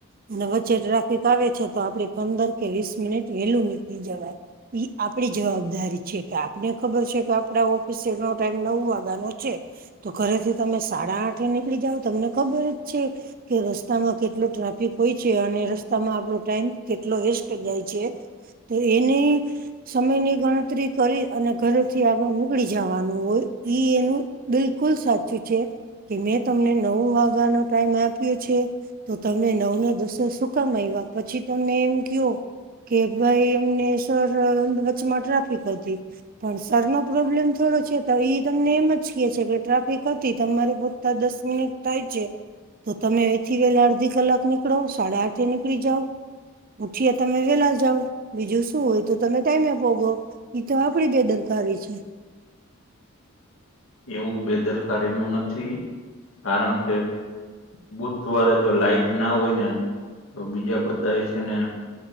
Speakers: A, on the right (about 45°); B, on the left (about 75°).
A: અને વચ્ચે ટ્રાફિક આવે છે તો આપડ પંદર કે વીસ મિનિટ વેલું નીકળી જવાય. એ આપડી જવાબદારી છે કે આપને ખબર છે કે આપડા ઓફિસનો ટાઈમ નવ વાગ્યાનો છે. તો ઘરેથી તમે સાડા આઠે નીકળી જાવ તમને ખબર જ છે. કે રસ્તામાં કેટલો ટ્રાફિક હોય છે અને રસ્તામાં આપણો ટાઈમ કેટલો વેસ્ટ જાય છે. તો એને સમયની ગણતરી કરી અને ઘરેથી આગળ નીકળી જવાનું હોય ઈ એનું બિલકુલ સાચું છે કે મેં તમને નવ વાગ્યાનોો ટાઈમ આપ્યો છે. તો તમે નવ ના દસો સુકામાં આવ્યા પછી તમમે એમ કયો? કે ભાઈ અમને સર વચમાં ટ્રાફિક હતી. પણ સર નો પ્રોબ્લેમ થોડો છે તો તમને એમ જ ક છે. ટ્રાફિક હતી તમારે પોતા દસ મિનિટ થાય છે. તો તમે એથી વહેલા અડધી કલાક નીકળો સાડા આઠે નીકળી જાઓ. ઉઠી્યા તમે વેલા જાવ બીજું શું હોય તો તમે ટાઈમે પોગો. એ તો આપડે દ દરકારી છે.
B: એવું બેદરકારી નું નથી કારણ કે બુધવારે જો લાઈટ ના હોય ને તો બીજા બધા એ છે ને